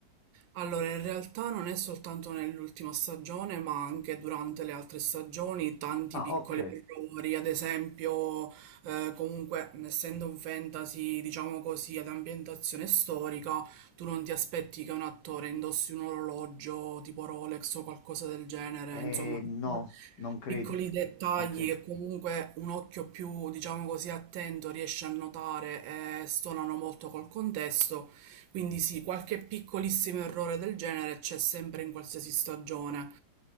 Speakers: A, on the right (about 80°); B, on the left (about 65°).
A: Allora, in realtà non è soltanto nell'ultima stagione, ma anche durante le altre stagioni, tanti
B: Ah,
A: piccoli
B: ok.
A: errori, ad esempio, eh, comunque, essendo un fantasy, diciamo così, ad ambientazione storica, tu non ti aspetti che un attore indossi un orologio tipo Rolex o qualcosa del genere,
B: Eh,
A: insomma,
B: no, non credo.
A: Piccoli dettagli
B: Non credo.
A: che comunque un occhio più, diciamo così, attento riesce a notare e stonano molto col contesto. Quindi sì, qualche piccolissimo errore del genere c'è sempre in qualsiasi stagione.